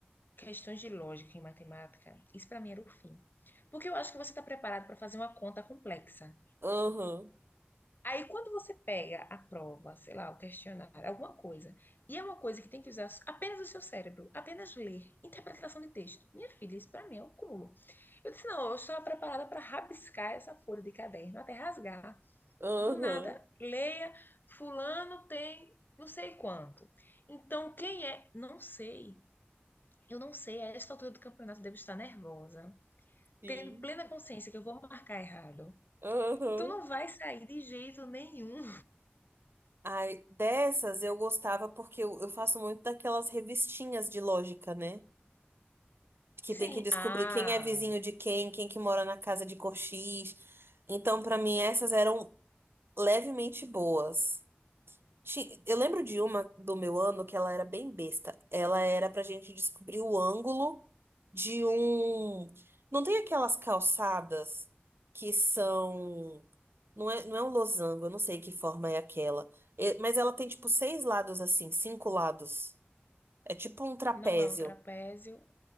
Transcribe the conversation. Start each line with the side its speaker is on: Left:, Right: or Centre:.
Left: questões de lógica em matemática, isso para mim era o fim. Porque eu acho que você está preparado para fazer uma conta complexa.
Right: Aham,
Left: Aí, quando você pega a prova, sei lá, o questionário, alguma coisa, e é uma coisa que tem que usar apenas o seu cérebro, apenas ler, interpretação de texto. Minha filha, isso para mim é um cúmulo. Eu disse, não, eu estou preparada para rabiscar essa folha de caderno, até rasgar.
Right: aham,
Left: Do nada, leia, fulano tem não sei quanto. Então, quem é? Não sei. Eu não sei, a esta altura do campeonato eu devo estar nervosa.
Right: sim,
Left: tendo plena consciência que eu vou marcar errado.
Right: aham.
Left: Então não vai sair de jeito nenhum.
Right: Ai, dessas eu gostava porque eu, eu faço muito daquelas revistinhas de lógica, né? Que
Left: Sim,
Right: tem que descobrir
Left: ah,
Right: quem é vizinho de quem, quem que mora na casa de cor X. Então, pra mim, essas eram levemente boas. Ti- Eu lembro de uma do meu ano que ela era bem besta. Ela era pra gente descobrir o ângulo de um. Não tem aquelas calçadas que são. Não é, não é um losango, eu não sei que forma é aquela. É, Mas ela tem tipo seis lados assim, cinco lados. É tipo um trapézio.
Left: não é um trapézio.